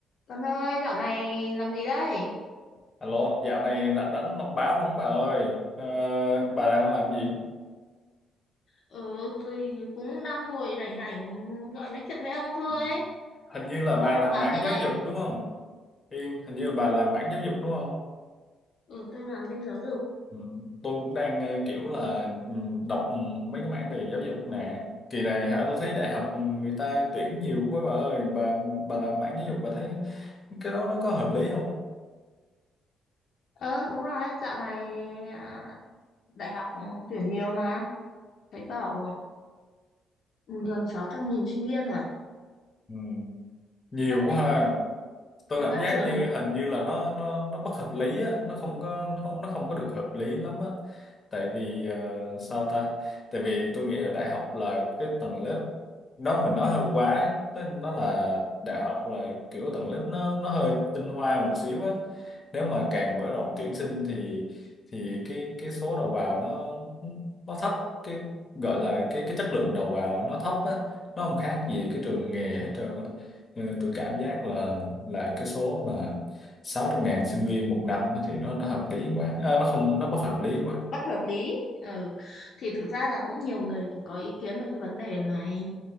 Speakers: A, on the left; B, on the left.
A: Tuấn ơi, dạo này làm gì đây?
B: Alo, dạo này rảnh rảnh đọc báo không bà ơi? Ờ, bà đang làm gì?
A: Ừ, tôi cũng đang ngồi rảnh rảnh gọi nói chuyện với ông thôi.
B: Ừ. Hình như là bà
A: Ông đọc
B: làm
A: báo
B: mảng
A: gì
B: giáo
A: đây?
B: dục đúng không? Yên, hình như là bà
A: Đúng.
B: làm mảng giáo dục đúng không?
A: Ừ, tôi làm bên giáo dục.
B: Ừ. Tôi cũng đang ờ, kiểu là ừ, đọc mấy cái mảng về giáo dục nè. Kỳ này hả, tôi thấy đại học người ta tuyển nhiều quá bà ơi. Bà bà làm mảng giáo dục bà thấy cái đó nó có hợp lý không?
A: Ờ, đúng rồi, dạo này à, đại học tuyển nhiều mà. Thấy bảo ừ, gần 600.000 sinh viên mà.
B: Ừ. Nhiều
A: Năm
B: quá
A: ấy,
B: ha. tôi
A: mà
B: cảm
A: các
B: giác
A: trường
B: như hình như là nó nó nó bất hợp lý á nó không có không nó không có được hợp lý lắm á tại vì ờ, sao ta tại vì tôi nghĩ là đại học là cái tầng lớp nó mình nói hơi quá ấy. tức nó là đại học là kiểu tầng lớp nó nó hơi tinh hoa một xíu á nếu mà càng mở rộng tuyển sinh thì thì cái cái số đầu vào nó nó thấp cái gọi là cái cái chất lượng đầu vào nó thấp á nó không khác gì cái trường nghề hết trơn á Ừ, tôi cảm giác là là cái số mà sáu trăm ngàn sinh viên một năm á thì nó nó hợp lý quá à, nó không nó bất hợp lý quá
A: bất hợp lý ừ thì thực ra là cũng nhiều người cũng có ý kiến về cái vấn đề này